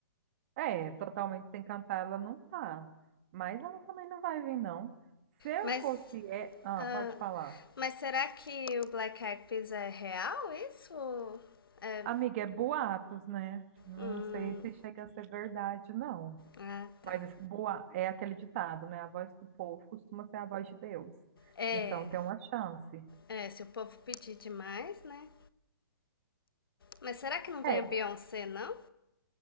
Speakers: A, on the right; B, on the left.
A: É, totalmente sem cantar ela não tá. Mas ela também não vai vir, não. Se eu
B: Mas.
A: fosse... É... Ah,
B: ah,
A: pode falar.
B: mas será que o Black Eyed Peas é real isso? É.
A: Amiga, é boatos, né? Não
B: Hum,
A: sei se chega a ser verdade, não.
B: ah,
A: Mas
B: tá.
A: esse boa... é aquele ditado, né? A voz do povo costuma ser a voz de Deus.
B: É.
A: Então tem uma chance.
B: É, se o povo pedir demais, né? Mas será que não vem
A: É,
B: a Beyoncé, não?